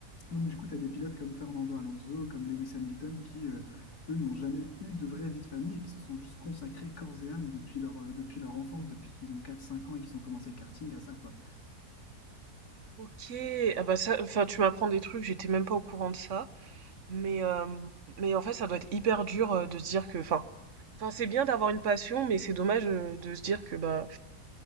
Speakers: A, on the left (about 80°); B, on the right (about 55°).
A: Donc du coup, tu as des pilotes comme Fernando Alonso, comme Lewis Hamilton, qui, euh, eux, n'ont jamais eu de vraie vie de famille et qui se sont juste consacrés corps et âme depuis leur, euh, depuis leur enfance, depuis qu'ils ont quatre cinq ans et qu'ils ont commencé le karting à ça, quoi.
B: Ok, ah bah ça, enfin, tu m'apprends des trucs, j'étais même pas au courant de ça. Mais, euh, mais en fait, ça doit être hyper dur euh, de se dire que, enfin, enfin, c'est bien d'avoir une passion, mais c'est dommage euh, de se dire que bah